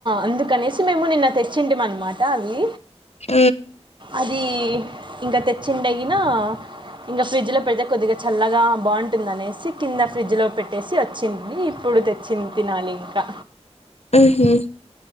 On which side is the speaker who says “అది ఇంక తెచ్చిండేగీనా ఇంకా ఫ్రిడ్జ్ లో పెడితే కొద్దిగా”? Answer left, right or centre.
Right